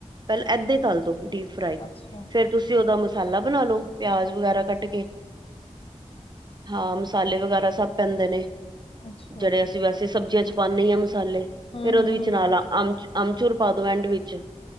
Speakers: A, on the right (about 40°); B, on the left (about 50°).
A: ਪਹਿਲਾਂ ਏਦਾ ਹੀ ਤਲਦੋ ਡੀਪ ਫਰਾਈ।
B: ਅੱਛਾ ਹੂੰ
A: ਫੇਰ ਤੁਸੀ ਉਹਦਾ ਮਸ ਮਸਾਲਾ ਬਣਾ ਲੋ, ਪਿਆਜ ਵਗੈਰਾ ਕਟ ਕੇ ਹਾਂ। ਮਸ ਮਸਾਲੇ ਵਗੈਰਾ ਸਭ ਪੈਦੇ ਨੇ,
B: ਅੱਛਾ
A: ਜਿਹੜੇ ਅਸੀ ਵੈਸੇ ਸਬਜ਼ੀਆ ਚ' ਪਾਉਦੇ‌ ਈ ਆ। ਮਸਾਲੇ,
B: ਹੂੰ-ਹੂੰ-ਹੂੰ
A: ਫੇਰ ਉਹਦੇ ਵਿਚ ਨਾਲ ਅਮ -ਅਮਚੁਰ ਪਾਦੋ ਐਡ ਵਿਚ